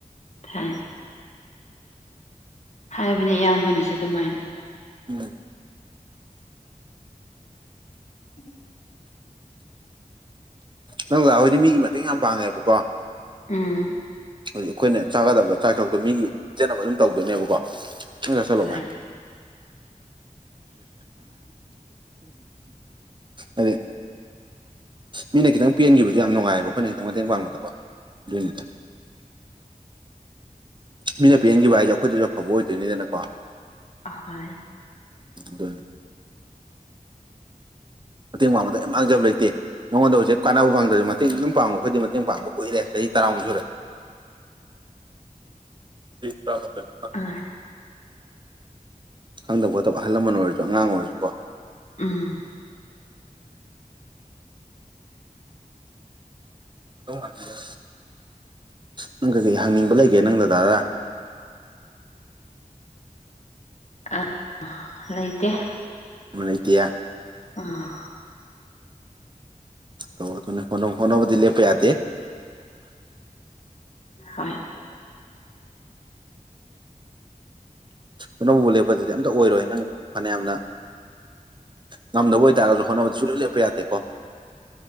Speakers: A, on the left; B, on the right.
A: ꯍꯣꯏ ꯍꯥꯏꯕꯅ ꯏꯌꯥꯝꯕꯅꯁꯨ ꯑꯗꯨꯃꯥꯏꯅ
B: ꯎꯝ
A: ꯎꯝ
B: ꯅꯪ ꯗꯥꯗꯥꯈꯣꯏꯗꯤ ꯃꯤꯒꯤ ꯃꯇꯦꯡ ꯌꯥꯝ ꯄꯥꯡꯉꯦꯕꯀꯣ
A: ꯎꯝ
B: ꯍꯧꯖꯤꯛ ꯑꯩꯈꯣꯏꯅ ꯆꯥꯒꯗꯕ ꯆꯥꯛ ꯁꯔꯨꯛꯇꯣ ꯃꯤꯒꯤ ꯆꯦꯟꯅꯕ ꯑꯗꯨꯝ ꯇꯧꯗꯣꯏꯅꯦꯕꯀꯣ ꯅꯪ ꯆꯥꯁꯤꯜꯂꯣ
A: ꯍꯥꯏ
B: ꯚꯥꯏ ꯑꯗꯨ <unintelligible> ꯃꯤꯅ ꯈꯤꯇꯪ ꯄꯦꯟꯈꯤꯕꯗꯣ ꯌꯥꯝ ꯅꯨꯡꯉꯥꯏꯑꯕ ꯑꯩꯈꯣꯏꯅ ꯈꯤꯇꯪ ꯃꯇꯦꯡ ꯄꯥꯡꯕꯗꯀꯣ ꯑꯗꯨꯏꯅꯤꯗ ꯃꯤꯅ ꯄꯦꯟꯈꯤꯕ ꯍꯥꯏꯁꯦ ꯑꯩꯈꯣꯏꯗꯁꯨ ꯑꯐꯕ ꯑꯣꯏꯗꯣꯏꯅꯤꯗꯅꯀꯣ
A: ꯑꯍꯣꯏ
B: ꯑꯗꯨꯅꯤ ꯃꯇꯦꯡ ꯄꯥꯡꯕꯗ ꯀꯩꯝ ꯃꯥꯡꯖꯕ ꯂꯩꯇꯦ ꯅꯉꯣꯟꯗ ꯍꯧꯖꯤꯛ ꯀꯥꯟꯅꯕ ꯐꯥꯡꯗ꯭ꯔꯁꯨ ꯃꯇꯦꯡ ꯑꯗꯨꯝ ꯄꯥꯡꯉꯨ ꯑꯩꯈꯣꯏꯗꯗꯤ ꯃꯇꯦꯡ ꯄꯥꯡꯕ ꯀꯨꯏꯔꯦ ꯆꯍꯤ ꯇꯔꯥꯃꯨꯛ ꯁꯨꯔꯦ ꯆꯍꯤ ꯇꯥꯔꯥ <unintelligible>
A: ꯑꯥ
B: ꯈꯪꯗꯕ ꯈꯣꯠꯇꯕ ꯑꯍꯜ ꯂꯃꯟ ꯑꯣꯏꯔꯁꯨ ꯑꯉꯥꯡ ꯑꯣꯏꯔꯁꯨꯀꯣ
A: ꯎꯝ
B: ꯑꯁ ꯅꯪ ꯀꯩꯀꯩ ꯍꯪꯅꯤꯡꯕ ꯂꯩꯒꯦ ꯅꯪ ꯗꯥꯗꯗꯥ
A: ꯑ ꯂꯩꯇꯦ
B: ꯂꯩꯇꯦ ꯌꯦ
A: ꯑꯥ
B: ꯇꯧꯒꯗꯧꯅꯦ ꯍꯣꯠꯅꯧ ꯍꯣꯠꯅꯕꯥꯗꯤ ꯂꯦꯞꯞ ꯌꯥꯗꯦ
A: ꯍꯣꯏ
B: ꯑꯅꯧꯕ ꯂꯦꯞꯄꯗꯨꯗꯤ ꯑꯝꯇ ꯑꯣꯏꯔꯣꯏ ꯅꯪ ꯐꯅꯌꯥꯝꯅ ꯉꯝꯗꯕ ꯑꯣꯏꯇꯥꯔꯁꯨ ꯍꯣꯠꯅꯕꯗ ꯁꯨꯡꯂꯦꯞ ꯂꯦꯞꯄ ꯌꯥꯗꯦꯀꯣ